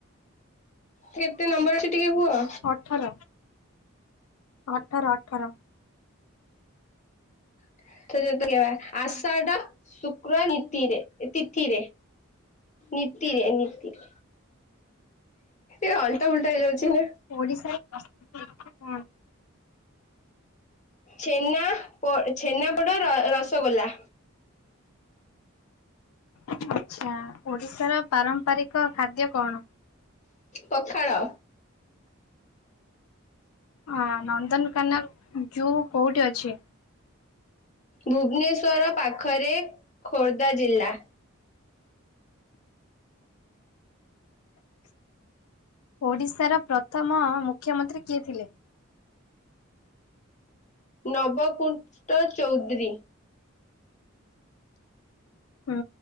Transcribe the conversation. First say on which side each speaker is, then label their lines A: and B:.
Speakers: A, on the left (about 35°); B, on the left (about 90°).
A: କେତେ ନମ୍ବର ଅଛି ଟିକେ କୁଅ?
B: ଅଠର ଅଠର ଅଠର।
A: <unintelligible> ତ ଯେମିତି କଇବା <unintelligible> ଆଷାଢ ଶୁକ୍ର ନୀତିରେ ତିଥିରେ। ନିତିରେ ନିତି। ସେ ଅଲଟାପୁଲଟା ହେଇଯାଉଛି ନା।
B: <inaudible>
A: ଛେନା ପୋ ଛେନାପୋଡ ର ରସଗୋଲା
B: ଆଚ୍ଛା, ଓଡିଶାର ପାରମ୍ପାରିକ ଖାଦ୍ୟ କଣ?
A: ପଖାଳ।
B: ଆ ନନ୍ଦନକାନନ ଯୋଉ କୋଉଠି ଅଛି?
A: ଭୁବନେଶ୍ଵର ପାଖରେ ଖୋର୍ଦ୍ଧା ଜିଲ୍ଲା।
B: ଓଡିଶାର ପ୍ରଥମ ମୁଖ୍ୟମନ୍ତ୍ରୀ କିଏ ଥିଲେ?
A: ନବକୁଣ୍ଟ ଚୌଧୁରୀ।
B: ହୁଁ,